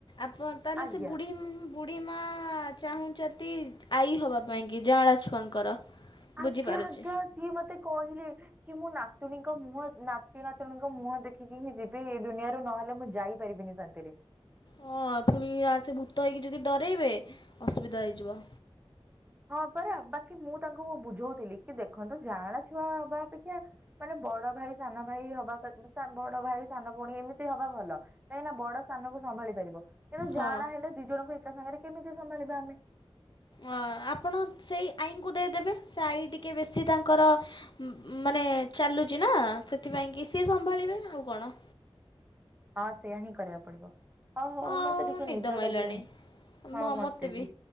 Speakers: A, on the left; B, on the right.
A: ଆପଣ ତାହେଲେ
B: ଆଜ୍ଞା
A: ସେ ବୁଢ଼ୀ ବୁଢ଼ୀ ମା ଚାହୁଁଛନ୍ତି ଆଈ ହେବା ପାଇଁ କିି ଜାଆଁଳା ଛୁଆଙ୍କର ବୁଝିପାରୁଛି।
B: ଆଜ୍ଞା ଆଜ୍ଞା ସିଏ ମତେ କହିଲେ। କି ମୁଁ ନାତୁଣୀଙ୍କ ମୁହଁ ନାତି ନାତୁଣୀଙ୍କ ମୁହଁ ଦେଖିକି ହିଁ ଯିବି ଏଇ ଦୁନିଆରୁ ନହଲେ ମୁଁ ଯାଇପାରିବିନି। <inaudible>
A: ହଁ ଫୁଣି ଆସି ଭୂତ ହୋଇକି ଯଦି ଡରେଇବେ ଅସୁବିଧା ହେଇଯିବ।
B: ହଁ ପରା ବାକି ମୁଁ ତାଙ୍କୁ ବୁଝଉଥିଲି କି ଦେଖନ୍ତୁ ଜାଆଁଳା ଛୁଆ ହବା ଅପେକ୍ଷା ମାନେ ବଡ ଭାଇ ସାନ ଭାଇ ହ ବଡ ଭାଇ ସାନ ପୁଣି ଏମିତି ହବା ଭଲ କାହିଁକିନା ବଡ ସାନକୁ ସମ୍ଭାଳି ପାରିବ। କିନ୍ତୁ
A: ହଁ।
B: ଜାଆଁଳା ହେଲେ ଦି ଜଣଙ୍କୁ ଏକା ସାଙ୍ଗରେ କେମିତି ସମ୍ଭାଳିବା ଆମେ?
A: ଅ ଆପ ଆପଣ ସେଇ ଆଇଙ୍କୁ ଦେଇଦେବେ ସେ ଆଈ ଟିକେ ବେଶୀ ତାଙ୍କର ମା ମା ମାନେ ଚାଲୁଛି ନା ସେଥିପାଇଁ କି ସିଏ ସମ୍ଭାଳିବେ ଆଉ କଣ?
B: ହଁ ସେୟା ହିଁ କରିବାକୁ ପଡିବ। ହଁ ହଉ
A: ହଁ
B: ମତେ ଟିକେ ନିଦ
A: ମାଇଲାଣି।
B: ଲାଗିଲଣିି ହଁ
A: ମ
B: ମତେ
A: ମୋତେ
B: ବି।